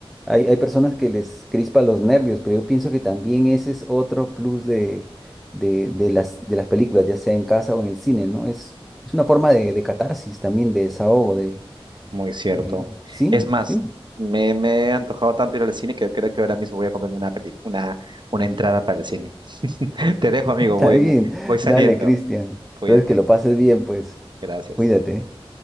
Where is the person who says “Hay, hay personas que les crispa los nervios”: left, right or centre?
Centre